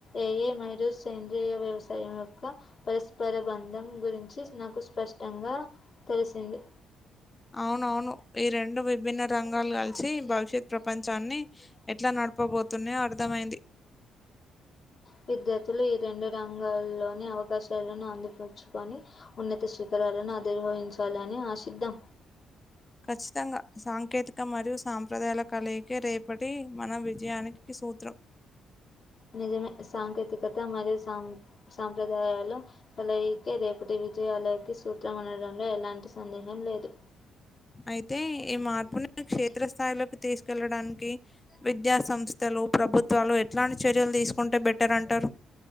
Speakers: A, on the left; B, on the left.
A: ఏయే మైరు సేంద్రీయ వ్యవస్ా యొక్క పరస్పర బంధం గురించి స్పష్టంగా తెలిసింది
B: అవునవును ఈ రెండు విభిన్న రంగాలు కలిసి భవిష్యత్ ప్రపంచాన్ని ఎట్లా న నడుపబోతునే అర్థమైంది
A: విద్యార్థులు ఈ రెండు రంగాల్లోని అవకాశాలను అందిపుంచుకొని ఉన్నత శిఖ ాలను ఆదిర్భవించాలని ఆశిద్ద్దాం
B: ఖచ్చితంగా సాంకేతిక మరియు సాంప్రదాయాల కలయికే రేపటి మన విజయానికి సూత్రం
A: నిజమే సాంకేతికత మరియు సా సాంప్రదాయాలు కలయికే రేపటి విజయాలకి సూత్రం అనడంలో ఎలాంటి సందేహం లేదు
B: అయితే ఈ మార్పుని క్షేత్రస్థాయిలోకి తీసుకెళ్లడానికి విద్యా సంస్థ ప్రభుత్వాలు ఎట్లాంటి చర్యలు తీసుకుంటే బెటర్ అంటారు